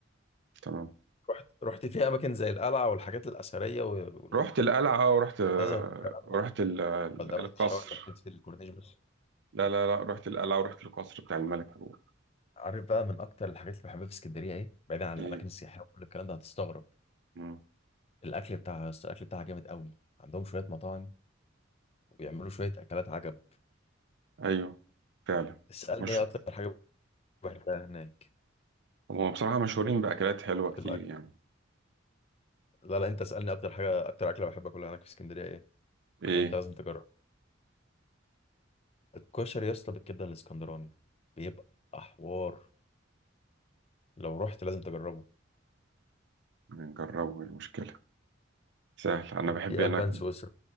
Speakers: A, on the right (about 60°); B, on the left (about 30°).
A: تمام
B: رحت رحت فيها اماكن زي القلعه والحاجات الاثريه و- والمنتزه
A: رحت القلعة أه ورحت آه،
B: والكلام
A: رحت
B: ده
A: ال- ال-
B: ولا رحت
A: القصر
B: الشوارع اللي لفيت في الكورنيش بس
A: لا لا لا رحت القلعة ورحت القصر بتاع الملك عبود
B: عارف بقى من اكتر الحاجات اللي بحبها في اسكندريه ايه بعيدا عن
A: إيه
B: الاماكن السياحيه وكل الكلام ده هتستغرب
A: مم.
B: الاكل بتاعها الاكل بتاعها جامد قوي عندهم شويه مطاعم وبيعملوا شويه اكلات عجب
A: أيوه فعلا
B: اسالني
A: مشهور
B: ايه اكتر حاجه بحبها هناك
A: هم بصراحة مشهورين بأكلات حلوة كتير
B: في الاكل
A: يعني
B: لا لا انت اسالني اكتر حاجه اكتر اكله بحب اكلها هناك في اسكندريه ايه
A: إيه
B: وانت لازم تجرب الكشري يا اسطى بالكبده الاسكندراني بيبقى حوار لو رحت لازم تجربه
A: نجربوا المشكلة سهل أنا
B: وفي
A: بحب هناك
B: البان سويسرا